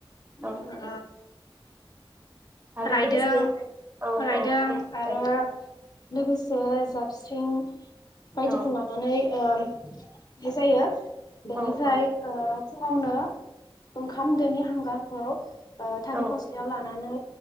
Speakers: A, on the left (about 45°); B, on the right (about 25°).
A: ओ
B: औ आरो
A: रायदों
B: लोगोसे औ
A: रायदों
B: औ बेफोरखौ
A: आरो
B: जायो
A: लोगोसे साबस्रिं बायदिखौ
B: औ
A: लानानैनाय ओ जायो। बेनिफ्राय
B: औ औ
A: ओ फुङावनो ओंखाम दोनि हांगारखौ ओ थालिर
B: औ
A: फस्लायाव लानानै